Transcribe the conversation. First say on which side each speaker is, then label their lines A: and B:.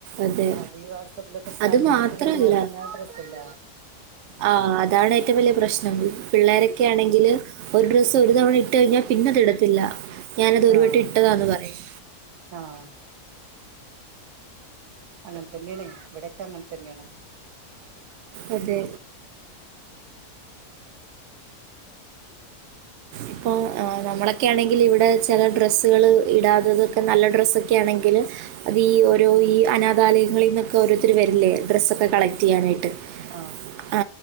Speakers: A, on the right; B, on the right.
A: അതെ
B: അത് ഈ വാട്സപ്പിലൊക്കെ സ്റ്റാറ്റസ്
A: അത് മാത്രമല്ല
B: ഇട്ട് കഴിഞ്ഞാ പിന്നെ അഡ്രസ്സല്ല
A: ആ അതാണ് ഏറ്റവും വലിയ പ്രശ്നം പിള്ളേരൊക്കെ ആണെങ്കില് ഡ്രസ്സ് ഒരു തവണ ഇട്ട് കഴിഞ്ഞാൽ പിന്നെത് ഇടത്തില്ല ഞാനത് ഒരു
B: ആഹ്
A: വട്ടം ഇട്ടതാന്ന് പറയും
B: ആഹ് അങ്ങനെ തന്യായാണ് ഇവിടക്കെ അങ്ങനെ തന്ന്യാണ്
A: അതെ ഇപ്പൊ ഏ നമ്മളൊക്കെ ആണെങ്കില് ഇവിടെ ചെല ഡ്രസ്സ്കള് ഇടാത്തതൊക്കെ നല്ല ഡ്രെസ്സൊക്കെ ആണെ എങ്കില് അത് ഈ ഓരോ
B: ആഹ്
A: ഈ അനാഥാലയങ്ങളിന്നൊക്കെ ഓരോരുത്തര് വരില്ലെ ഡ്രസ്സൊക്കെ കളക്റ്റ് ചെയ്യാനായിട്ട്
B: ആഹ്
A: ആ